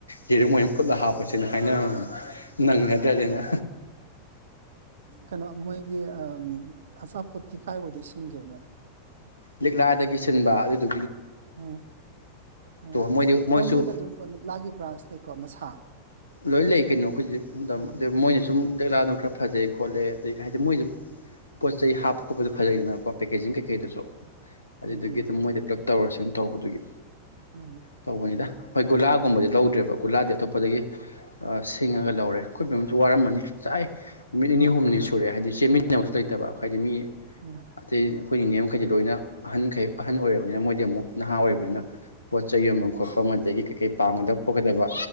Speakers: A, on the left; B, on the right.
A: ꯍꯤꯔꯨꯝ ꯑꯣꯏꯅ ꯐꯨꯠꯂ ꯍꯥꯞꯄꯁꯤꯅ ꯍꯥꯏꯅꯔꯅꯤ ꯅꯪꯒꯗ꯭ꯔꯗꯅ
B: ꯀꯩꯅꯣ ꯃꯣꯏꯒꯤ ꯑꯆꯥꯄꯣꯠꯠꯇꯤ ꯀꯥꯏ ꯑꯣꯏꯗ ꯏ ꯁꯤꯟꯒꯦꯅꯣ
A: ꯂꯤꯛꯂꯥꯗꯒꯤ ꯁꯤꯟꯕ ꯑꯗꯨꯗꯨ
B: ꯎꯝ ꯎꯝ
A: ꯃꯣꯏꯗꯤ ꯃꯣꯏꯁꯨ
B: ꯑꯣ ꯅꯣꯏꯗꯁꯨ ꯂꯤꯛꯂꯥꯒꯤ ꯕ꯭ꯔꯥꯟꯁ ꯂꯩꯀꯣ ꯃꯁꯥ
A: ꯂꯣꯏ ꯂꯩ ꯀꯩꯅꯣ ꯑꯩꯈꯣꯏꯁꯤ
B: ꯎꯝ
A: ꯃꯣꯏꯅ ꯁꯨꯝ ꯗꯂꯥ ꯑꯗꯨꯝ ꯈꯔ ꯐꯖꯩ ꯈꯣꯠꯂꯦ ꯑꯗꯩ ꯍꯥꯏꯗꯤ ꯃꯣꯏ ꯑꯗꯨꯝ ꯄꯣꯠ ꯆꯩ ꯍꯥꯞꯄ ꯈꯣꯠꯄꯗꯤ ꯐꯖꯩꯗꯅꯀꯣ ꯄꯦꯤꯡꯩ ꯀꯩ ꯀꯩꯗꯨꯁꯨ ꯑꯗꯨꯏꯗꯨꯒꯤ
B: ꯎꯝ ꯎꯝ
A: ꯑꯗꯨꯝ ꯃꯣꯏꯗ ꯄꯨꯂꯞ ꯇꯧꯔꯁꯨ ꯑꯗꯨ ꯇꯧꯕꯗꯨꯒꯤ
B: ꯎꯝ
A: ꯇꯧꯕꯅꯤꯗ ꯍꯣꯏ ꯒꯨꯂꯥꯒꯨꯝꯕꯗꯤ ꯂꯧꯗ꯭ꯔꯦꯕ ꯒꯨꯂꯥꯗꯤ ꯑꯇꯣꯞꯄꯗꯒꯤ ꯑ ꯊꯤꯡꯉꯒ ꯂꯧꯔꯦ ꯑꯩꯈꯠꯄ ꯑꯃꯁꯨ ꯋꯥꯔꯝꯃꯅꯤ ꯆꯥꯏ ꯅꯨꯃꯤꯠ ꯅꯤꯅꯤ ꯍꯨꯝꯅꯤ ꯁꯨꯔꯦ ꯍꯥꯏꯗꯤ ꯆꯦꯟꯃꯤꯟꯅꯕꯁꯨ ꯂꯩꯇꯕ ꯍꯥꯏꯗꯤ ꯃꯤ
B: ꯎꯝ
A: ꯑꯇꯩ ꯑꯩꯈꯣꯏꯒꯤꯦꯝꯈꯩꯗꯤ ꯂꯣꯏꯅ ꯑꯍꯟꯈꯩ ꯑꯍꯟ ꯑꯣꯏꯔꯕꯅꯤꯅ ꯃꯣꯏꯗꯤ ꯑꯃꯨꯛ ꯅꯍꯥ ꯑꯣꯏꯔꯕꯅꯤꯅ ꯄꯣꯠ ꯆꯩ ꯌꯣꯟꯐꯝ ꯈꯣꯠꯄ ꯑꯗꯒꯤ ꯀꯩ ꯀꯩ ꯄꯥꯡꯝꯒꯗꯕ ꯈꯣꯠꯀꯗꯕ